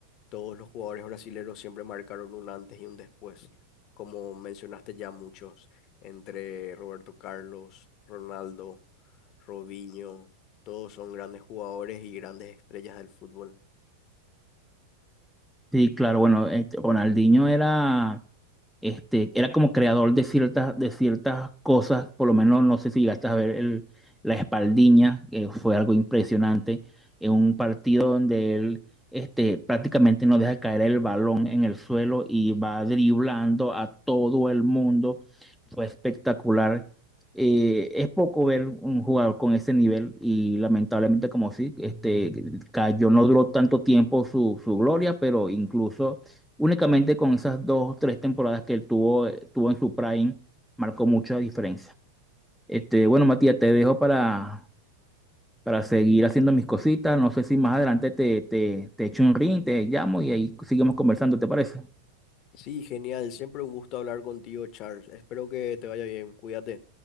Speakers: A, on the left; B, in the centre.
A: todos los jugadores brasileños siempre marcaron un antes y un después. Como mencionaste ya muchos, entre Roberto Carlos, Ronaldo, Robinho, todos son grandes jugadores y grandes estrellas del fútbol.
B: Sí, claro, bueno, este, Ronaldinho era, este, era como creador de ciertas, de ciertas cosas, por lo menos no sé si llegaste a ver el- la espaldiña, que fue algo impresionante, en un partido donde él este, prácticamente no deja caer el balón en el suelo y va driblando a todo el mundo, fue espectacular. eh, es poco ver un jugador con ese nivel y lamentablemente como sí, este, cayó, no duró tanto tiempo su, su gloria, pero incluso únicamente con esas dos o tres temporadas que él tuvo, eh, tuvo en su prime, marcó mucha diferencia. Este, bueno, Matías, te dejo para, para seguir haciendo mis cositas. No sé si más adelante te, te, te echo un ring, te llamo y ahí seguimos conversando, ¿te parece?
A: Sí, genial, siempre un gusto hablar contigo, Charles. Espero que te vaya bien, cuídate.